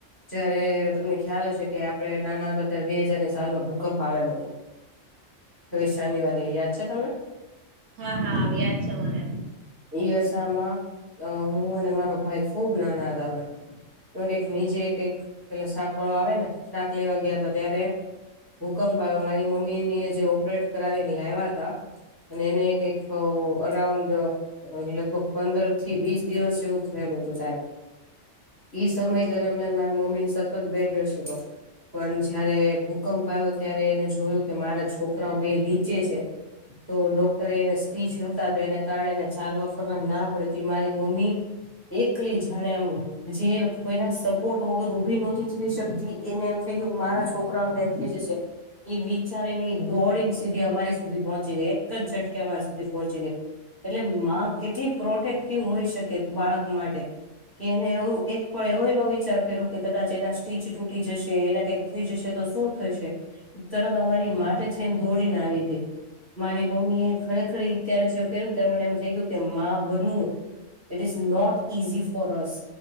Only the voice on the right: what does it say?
હા હા યાદ છે મને